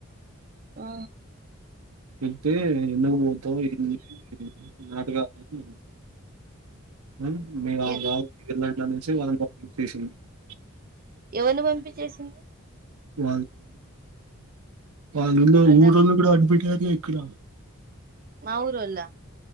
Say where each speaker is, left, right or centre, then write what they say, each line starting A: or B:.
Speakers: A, on the right; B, on the right.
A: ఆ
B: తిట్టే ఎందుకు పోతావ్ ఏమి <unintelligible> <unintelligible>
A: ఎ ఎవరిని పంపించేసింది
B: <unintelligible> వాళ్ళల్లో <unintelligible>
A: అర్థం
B: అడ్మిట్ ఎక్కడ
A: మా ఊరోళ్ల